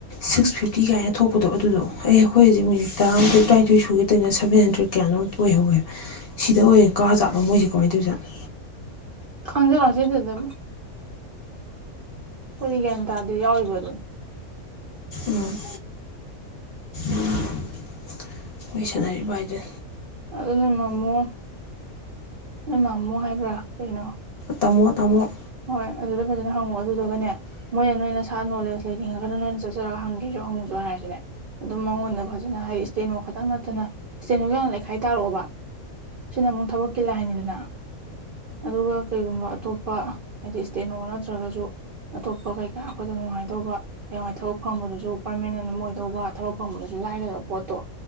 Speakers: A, on the left; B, on the right.
A: ꯁꯤꯛꯁ
B: ꯎꯝ
A: ꯐꯤꯐꯇꯤ ꯀꯥꯏꯅ ꯊꯣꯛ ꯊꯣꯛꯄꯗꯣ ꯑꯗꯨꯗꯣ ꯑꯩꯈꯣꯏ ꯍꯧꯛ ꯃꯤꯠ ꯇꯔꯥꯊꯣꯏ ꯇꯔꯥꯅꯤꯊꯣꯏ ꯁꯨꯈꯤꯗꯣꯏꯅ ꯁꯕꯦꯟ ꯍꯟꯗ꯭ꯔꯦꯗ ꯀꯌꯥꯅꯣꯝ ꯑꯣꯏꯍꯧꯋꯦ ꯁꯤꯗ ꯑꯣꯏꯌꯦꯦ ꯀꯥ ꯆꯥꯠꯄ ꯃꯣꯏꯁꯦ ꯀꯃꯥꯏꯅ ꯇꯧꯖꯥꯠꯣ
B: ꯈꯟꯖꯁꯤꯗꯗꯕ ꯀꯗꯤ ꯒ꯭ꯌꯥꯟ ꯇꯥꯗꯤ ꯌꯥꯎꯔꯤꯕ ꯑꯗꯨꯣ
A: ꯎꯝ ꯎ ꯂꯣꯏ ꯁꯥꯟꯅꯔꯤꯕ ꯍꯥꯏꯗ
B: ꯑꯗꯨ ꯅꯣꯏ ꯃꯃꯣ ꯅꯣꯏ ꯃꯃꯣ ꯍꯥꯏꯕ꯭ꯔꯥ ꯀꯩꯅꯣ
A: ꯇꯥꯃꯣ ꯇꯥꯃꯣ
B: ꯍꯣꯏ ꯑꯗꯨꯗ ꯐꯖꯅ ꯍꯪꯉꯛꯑꯣ ꯑꯗꯨꯗꯨꯒꯅꯦ ꯃꯣꯏꯅ ꯅꯣꯏꯅ ꯁꯥ ꯅꯣꯂꯦꯖ ꯂꯩꯅꯤꯡꯉꯒꯅ ꯅꯣꯏꯅ ꯆꯠꯆꯔꯒ ꯍꯪꯒꯁꯨ ꯍꯪꯉꯨꯁꯨ ꯍꯥꯏꯔꯁꯨꯅꯦ ꯑꯗꯨꯝ ꯃꯉꯣꯟꯗ ꯐꯖꯅ ꯍꯥꯏ ꯏꯁꯇꯦꯅꯣ ꯈꯛꯇꯪ ꯅꯠꯇꯅ ꯆꯇꯦꯅꯣ ꯌꯥꯝ ꯂꯩꯈꯥꯏ ꯇꯥꯔꯛꯑꯣꯕ ꯁꯤꯅ ꯑꯃꯨꯛ ꯊꯕꯛ ꯀꯤꯜꯂ ꯍꯥꯏꯅꯤꯗꯅ ꯑꯗꯨꯒ ꯀꯩꯒꯨꯝꯕ ꯑꯇꯣꯞꯄ ꯍꯥꯏꯗꯤ ꯏꯁꯇꯦꯠꯣ ꯅꯠꯇ꯭ꯔꯒꯁꯨ ꯑꯇꯣꯞꯄ ꯀꯩꯀꯥ ꯑꯩꯈꯣꯏꯗ ꯅꯨꯡꯉꯥꯏꯗꯧꯕ ꯍ ꯊꯕꯛ ꯐꯪꯕꯗꯨꯁꯨ ꯄꯔꯃꯅꯦꯟ ꯑꯃ ꯑꯣꯏꯗꯧꯕ ꯊꯕꯛ ꯐꯪꯕꯗꯨꯁꯨ ꯂꯥꯏꯒꯗꯕ ꯄꯣꯠꯇꯣ